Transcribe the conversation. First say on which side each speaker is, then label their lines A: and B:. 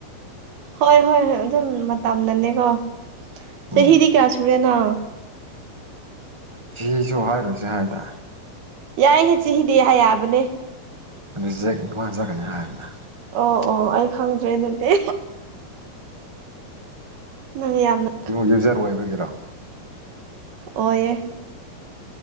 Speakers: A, on the right; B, on the right.
A: ꯍꯣꯏ ꯍꯣꯏꯣꯏ ꯑꯗꯨꯝ ꯃꯇꯝꯅꯅꯦꯀꯣ
B: ꯎꯝ
A: ꯆꯍꯤꯗꯤ ꯀꯌꯥ ꯁꯨꯔꯦꯅ
B: ꯁꯤꯁꯨ ꯍꯥꯏꯔꯨꯁꯦ ꯍꯥꯏꯗ
A: ꯌꯥꯏꯏ ꯍꯦ ꯆꯤꯍꯤ ꯗꯦ ꯍꯥꯏ ꯌꯥꯕꯅꯦ
B: ꯑꯗꯨ ꯆꯦꯛ ꯉꯥꯏꯅꯖꯀꯅꯤ ꯍꯥꯏꯔꯗꯅ
A: ꯑꯣ ꯑꯣ ꯑꯩ ꯈꯪꯗ꯭ꯔꯦ ꯑꯗꯨꯗꯤ ꯅꯪ ꯌꯥꯝꯅ
B: ꯌꯨꯖꯔ ꯑꯣꯏꯕꯒꯤꯔꯣ
A: ꯑꯣꯏꯑꯌꯦ